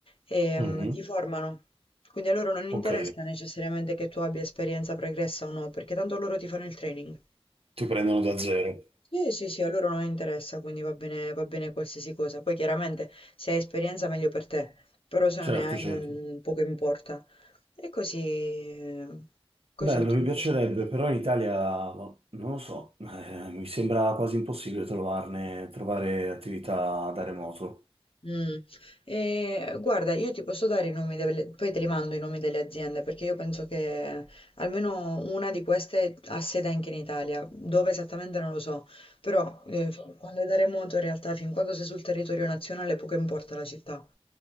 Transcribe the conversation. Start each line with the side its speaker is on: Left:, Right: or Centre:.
Left: ehm,
Right: mhm,
Left: ti formano. Quindi a loro non interessa
Right: Ok,
Left: necessariamente che tu abbia esperienza pregressa o no, perché tanto loro ti fanno il training.
Right: ti prendono da zero.
Left: Sì, sì, sì, a loro non interessa, quindi va bene, va bene qualsiasi cosa. Poi chiaramente se hai esperienza meglio per te, però se
Right: Certo,
Left: non ne hai
Right: certo.
Left: non, poco importa. E così, così
Right: Bello,
Left: ho trovato.
Right: mi piacerebbe, però in Italia, boh, non lo so, eh, mi sembra quasi impossibile trovarne, trovare attività da remoto.
Left: Mm. E, guarda, io ti posso dare i nomi delle, poi te li mando i nomi delle aziende perché io penso che almeno una di queste ha sede anche in Italia, dove esattamente non lo so, però eh, f- quando è da remoto in realtà fin quando sei sul territorio nazionale poco importa la città,